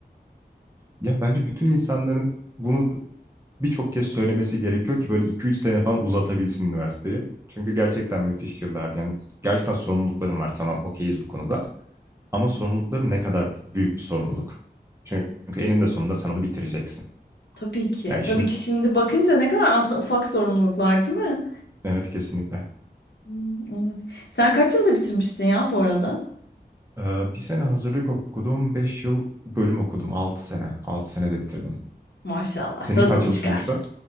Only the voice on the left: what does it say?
Tabii ki.
Tabii ki şimdi bakınca ne kadar aslında ufak sorumluluklar değil mi?
Hmm, evet. Sen kaç yılda bitirmiştin ya bu arada?
Maşallah
tadını
çıkarmışsın.